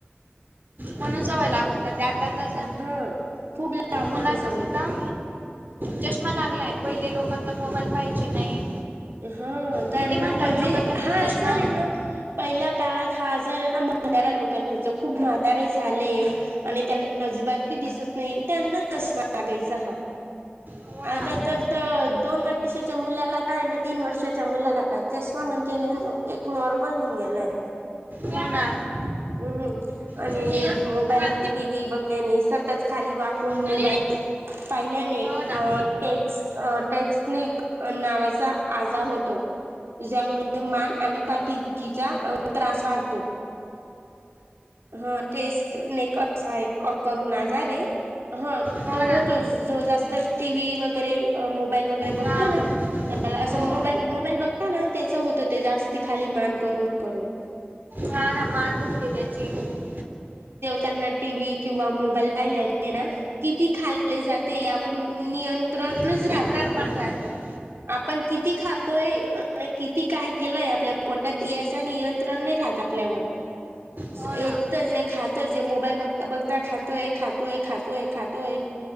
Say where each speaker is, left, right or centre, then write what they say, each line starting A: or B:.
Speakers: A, on the right; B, on the right.
A: म्हणून सवय लागून जाते आता तशा
B: हा खूप लावतात
A: मुलांना
B: ते सवय
A: सुद्धा चष्मा लागलाय पहिले लोक तर मोबाईल पाहाचे नाही.
B: ह त्यांना
A: किती म्हातारे
B: म्हणजे
A: लोक त्यांना
B: हा
A: चष्मा
B: आजार ये ना पहिल्या काळात हा आजार हाय ना म्हातारा लोकांना व्हायच खूप म्हातारे झाले आणि त्यांना अजिबात बी दिसत नाही त्यांना चष्मा लागायचा हा
A: हो ना
B: आता तर त दोन वर्षाच्या मुलाला काय नाही तीन वर्षाच्या मुलाला काय चष्मा म्हणजे हे एक नॉर्मल होऊन गेलय.
A: हो ना
B: हम्म आणि
A: हो ना
B: मोबाईल
A: हो ना
B: टी व्ही बघण्याने सतत खाली वाकून
A: हो
B: मोबाईल पाहिल्याने
A: ना
B: टेक्स् टेक्स्टनिक नावाचा आजार होतो ज्यामुळे मान आणि पाठीदुखीचा त्रास वाढतो. ह टेस्ट नेकर हा एक करून आजार ये ह
A: हो
B: तो
A: ना
B: होतो जो जास्त टी व्ही वगैरे मोबाईल वगैरे बघतो
A: हा
B: ना त्याला
A: हो हो
B: असं मोबाल मोबाईल बघता ना त्याच होतं ते जास्त खाली मान करून करून
A: हा ना मान दुखते त्याची खूप
B: तांना टी व्ही किंवा मोबाईल पाहिल्याने ना किती खाल्ले जाते यावर नियंत्रणच
A: नियंत्रण
B: राह
A: पण राहत नाही.
B: आपण किती खातोय आणि किती काय केलंय आपल्या पोटात याचा नियंत्रण नाही राहत आपल्यावर
A: हो
B: येतच
A: ना
B: ये खातच ये मोबाईल बघता बघता खातोय खातोय खातोय खातोय